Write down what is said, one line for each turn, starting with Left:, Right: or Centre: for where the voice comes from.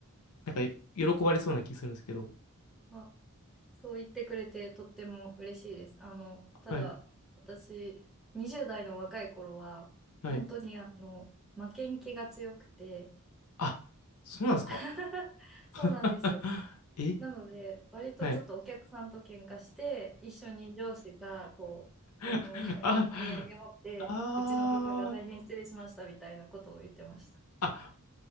Left: なんか喜ばれそうな気するんですけど。
Centre: あそう言ってくれてとっても嬉しいです。あの、ただ、
Left: はい。
Centre: 私、20代の若い頃は、
Left: はい
Centre: 本当にあの、負けん気が強くて、
Left: あ、そうなんですか
Centre: <laughs>
Left: <laughs>
Centre: そうなんですよ。
Left: え
Centre: なので、割とちょっとお客さんと喧嘩して、
Left: はい。
Centre: 一緒に上司が、こう、
Left: <laughs>
Centre: あの、<laughs>
Left: あ、
Centre: お土産持って、
Left: あー、
Centre: うちの部下が大変失礼しましたみたいなことを言ってました。
Left: あ、